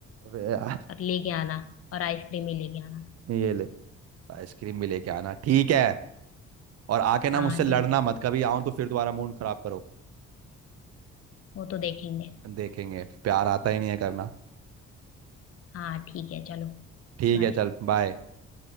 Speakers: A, on the right; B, on the left.
A: अबे यार
B: और लेके आना और आइसक्रीम ही लेके आना
A: ये ले आइसक्रीम भी लेके आना ठीक है और आके ना
B: हाँ
A: मुझसे लड़ना
B: ठीक है
A: मत कभी आऊं तो फिर दोबारा मूड खराब करो
B: वो तो देखेंगे
A: देखेंगे प्यार आता ही नहीं है करना
B: हाँ ठीक है चलो
A: ठीक
B: बाय
A: है चल बाय